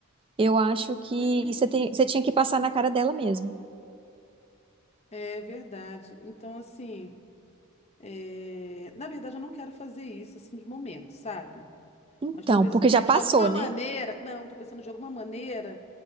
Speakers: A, on the right; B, on the left.
A: eu acho que
B: Deixa que.
A: você tem, você tinha que passar na cara dela mesmo.
B: É verdade. Então, assim, é, na verdade, eu não quero fazer isso assim de momento, sabe?
A: Então,
B: Mas estou pensando
A: porque já
B: em,
A: passou,
B: de alguma
A: né?
B: maneira. Não, estou pensando de alguma maneira